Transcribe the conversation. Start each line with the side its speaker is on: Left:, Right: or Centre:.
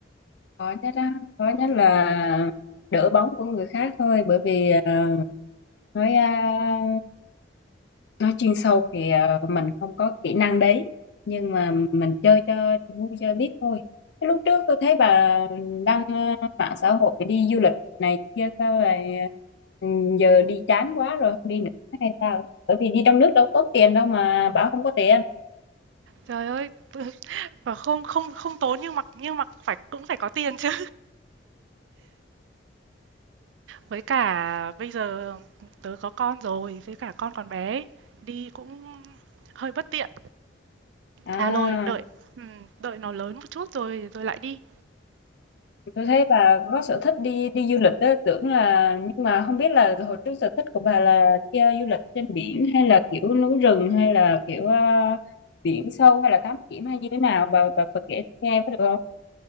Left: khó nhất á khó
Right: Ừm.
Left: nhất là đỡ bóng của người khác thôi bởi vì à, nói à, nói chuyên sâu thì à, mình không có kỹ năng đấy nhưng mà mình chơi cho cho vui chơi biết thôi cái lúc trước tôi thấy bà đăng à, mạng xã hội đi du lịch này kia sao lại ừ, giờ đi chán quá rồi không đi nữa hay sao bởi vì đi trong nước đâu có tốn tiền đâu mà bảo không có tiền
Right: Trời ơi, <laughs> và không không không tốn nhưng mà nhưng mà phải cũng phải có tiền chứ. Với cả bây giờ tớ có con rồi, với cả con còn bé, đi cũng hơi bất tiện.
Left: à
Right: À rồi, đợi ừm, đợi nó lớn một chút rồi rồi lại đi.
Left: Tôi thấy bà có sở thích đi đi du lịch đó, tưởng là nhưng mà không biết là hồi trước sở thích của bà là đi ờ, du lịch trên biển hay là kiểu núi rừng hay là kiểu ờ, biển sâu hay là thám hiểm hay như thế nào bà bà, bà kể tôi nghe có được không?